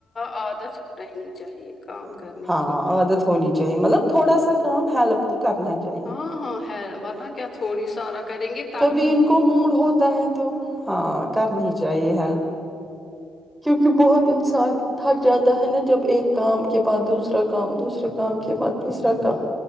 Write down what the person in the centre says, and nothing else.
ہاں
عادت ہونی چاہے مطلب تھوڑا سا کام ہیلپ تو کرنا چاہیے
کبھی ان کو موڈ ہوتا ہے تو ہاں کرنی چاہیے ہیلپ کیونکہ بہت انسان تھک جاتا ہے نا جب ایک کام کے بعد دوسرا کام دوسرے کام کے بعد تیسرا
کام